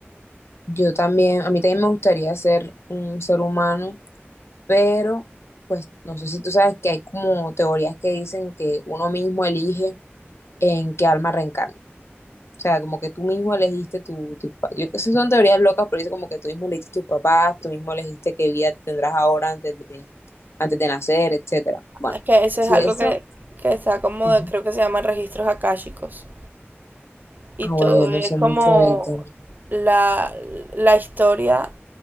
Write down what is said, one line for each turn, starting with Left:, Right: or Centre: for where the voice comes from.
Left: Yo también, a mí también me gustaría ser un ser humano, pero pues no sé si tú sabes que hay como teorías que dicen que uno mismo elige en qué alma reencarna. O sea, como que tú mismo elegiste tu, tu pa- yo que sé, son teorías locas, pero dice como que tú mismo elegiste tus papás, tú mismo elegiste qué vida tendrás ahora antes de, antes de nacer, etcétera. Bueno,
Right: Es que eso
Left: si
Right: es algo
Left: eso,
Right: que, que está como,
Left: Ujú.
Right: de- creo que se llama registros akáshicos. Y
Left: ah,
Right: todo
Left: bueno, yo
Right: es
Left: no sé
Right: como
Left: mucho del tema.
Right: la, la historia